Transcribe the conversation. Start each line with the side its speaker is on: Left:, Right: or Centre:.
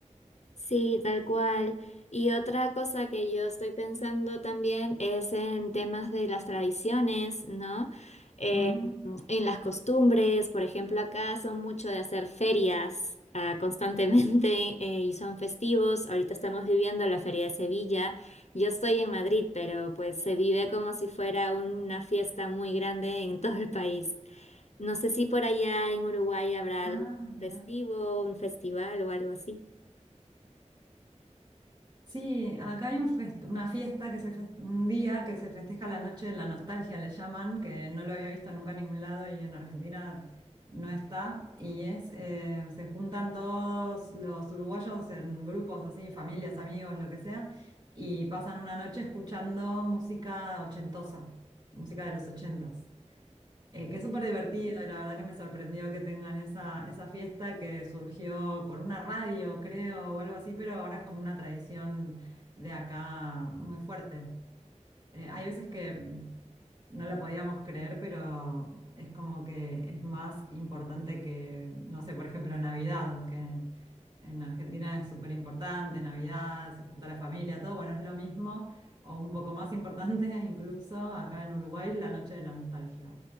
Left: Sí, tal cual. Y otra cosa que yo estoy pensando también es en temas de las tradiciones, ¿no? Eh,
Right: Ujú.
Left: en las costumbres, por ejemplo, acá son mucho de hacer ferias, ah, constantemente <laughs> eh, y son festivos. Ahorita estamos viviendo la Feria de Sevilla. Yo estoy en Madrid, pero pues se vive como si fuera una fiesta muy grande en <laughs> todo el país. No sé si por allá en Uruguay habrá
Right: Ah,
Left: algún
Right: mira
Left: festivo, un festival o algo así.
Right: Sí, acá hay un fest- una fiesta que se fes- un día que se festeja la noche de la nostalgia, le llaman, que no lo había visto nunca en ningún lado y en Argentina no está. Y es, eh, se juntan todos los uruguayos en grupos así, familias, amigos, lo que sea, y pasan una noche escuchando música ochentosa, música de los ochentas. eh, que es súper divertido y la verdad que me sorprendió que tengan esa, esa fiesta que surgió por una radio, creo, o algo así, pero ahora es como una tradición de acá muy fuerte. Eh, hay veces que no lo podíamos creer, pero es como que es más importante que, no sé, por ejemplo, Navidad, que en Argentina es súper importante, Navidad, se junta la familia, todo, bueno, es lo mismo, o un poco más importante <laughs> incluso acá en Uruguay, la noche de la nostalgia.